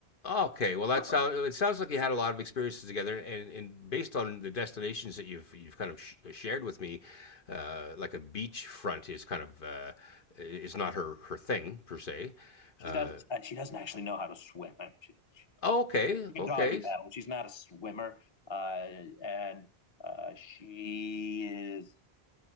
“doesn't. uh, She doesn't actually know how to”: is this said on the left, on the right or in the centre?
Left